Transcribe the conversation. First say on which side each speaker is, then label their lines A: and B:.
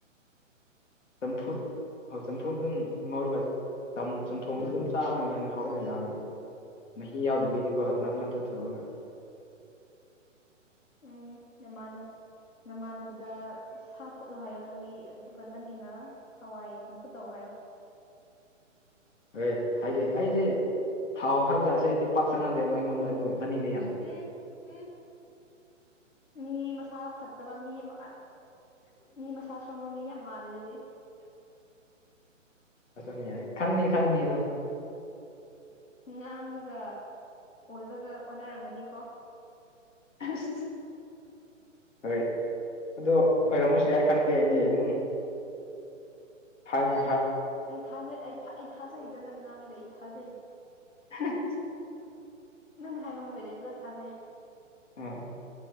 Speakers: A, on the left; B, on the left.
A: ꯇꯝꯐ ꯍꯣꯏ ꯆꯝꯐꯨꯠ ꯑꯗꯨꯝ ꯉꯧꯔꯒ ꯆꯝꯊꯣꯡꯗꯣ ꯑꯗꯨꯝ ꯆꯥꯕꯅ ꯍꯦꯟꯅ ꯍꯥꯎꯗ ꯗꯥꯜ ꯗꯤ ꯃꯍꯤ ꯌꯥꯎꯗꯕꯤꯗꯤꯀꯣ ꯅꯞꯅꯞꯗꯊꯔꯒ
B: ꯎꯝ ꯌꯥꯝ ꯃꯅꯥꯕ ꯅꯃꯥꯟꯅꯕꯗ ꯁꯥ ꯐꯨꯠꯂꯣ ꯍꯥꯏꯌꯣ ꯅꯪꯒꯤ ꯑꯗꯨꯒ ꯅꯪꯒꯤꯅ ꯍꯋꯥꯏ ꯆꯝꯐꯨ ꯇꯧ ꯍꯥꯏꯌꯣ
A: ꯍꯣꯏ ꯍꯥꯏꯒꯦ ꯑꯩꯗꯤ ꯊꯥꯎ ꯍꯞꯖꯥꯠꯁꯦ ꯑꯩꯗꯤ ꯄꯥꯛ ꯆꯅꯗꯦꯕ ꯑꯩꯉꯣꯟꯗ ꯑꯗꯨ ꯇꯅꯤꯡꯉ ꯌꯥꯝꯅ
B: ꯎꯝ ꯎꯝ ꯃꯤ ꯃꯁꯥ ꯐꯠꯇꯕ ꯃꯤ ꯑꯃ ꯃꯤ ꯃꯁꯖ ꯐꯝꯕ ꯃꯤ ꯌꯥꯝ ꯃꯥꯗ ꯑꯗꯨꯗꯤ
A: ꯅꯤ ꯌꯥ ꯈꯪꯅꯤ ꯈꯪꯅꯤꯗ
B: ꯉꯥꯡꯕꯒ ꯑꯣꯏꯕꯒ ꯑꯣꯅꯔꯝꯒꯅꯤꯀꯣ
A: ꯑꯁ ꯍꯣꯏ ꯑꯣ ꯑꯣꯏꯔꯝꯃꯁꯨ ꯌꯥ ꯈꯪꯗꯦꯗꯤ ꯑꯗꯨꯝ ꯐꯕ
B: ꯑꯩ ꯊꯥꯖꯩ ꯑꯩ ꯑꯩ ꯊꯥꯖꯩꯗ ꯅꯪ ꯉꯥꯡꯉꯤꯗ ꯑꯩ ꯊꯥꯖꯩꯗ
A: ꯑ
B: ꯅꯪꯅ ꯍꯥꯏꯕ ꯃꯈꯣꯏꯗ ꯑꯩ ꯄꯨꯂꯞ ꯊꯥꯖꯩ
A: ꯎꯝ